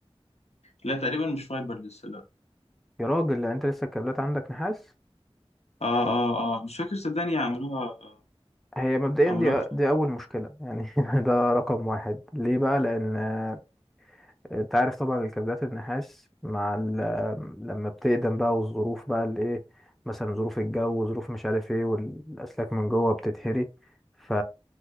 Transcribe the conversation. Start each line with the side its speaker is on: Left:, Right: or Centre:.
Left: لا تقريبا مش فايبر لسه لا
Centre: يا راجل لا انت لسه الكابلات عندك نحاس
Left: اه اه اه مش فاكر صدقني عملوها آه،
Centre: هي مبدئيا
Left: عملوها
Centre: دي
Left: في-
Centre: دي اول مشكله يعني <laughs> ده رقم واحد ليه بقى لان آه، انت عارف طبعا الكابلات النحاس مع ال- آه، لما بتقدم بقى والظروف بقى الايه مثلا ظروف الجو وظروف مش عارف ايه والاسلاك من جوه بتتهري ف